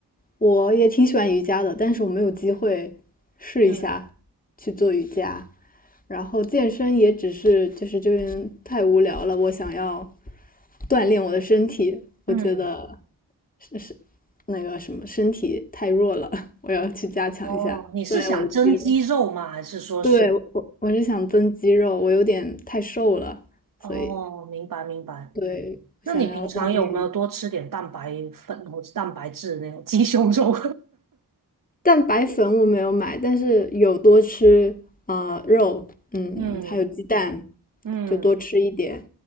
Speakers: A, on the left; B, on the right.
A: 我也挺喜欢瑜伽的，但是我没有机会试一下去做瑜伽。
B: 嗯
A: 然后健身也只是就是这边太无聊了，我想要锻炼我的身体，我觉得
B: 嗯，
A: 是是那个什么身体太弱了，<laughs> 我要去加强一下锻炼我的肌肉。
B: 哦，你是想增肌肉吗？还是说是？
A: 对，我我我是想增肌肉，我有点太瘦了，
B: 哦，
A: 所以
B: 明白明白。
A: 对，
B: 那你平常有没有多吃点蛋白粉或者蛋白质那种鸡胸肉？
A: 我想要锻炼。蛋白粉我没有买，但是有多吃啊肉，嗯，
B: <laughs> 嗯
A: 还有鸡蛋，
B: 嗯，
A: 就多吃一点。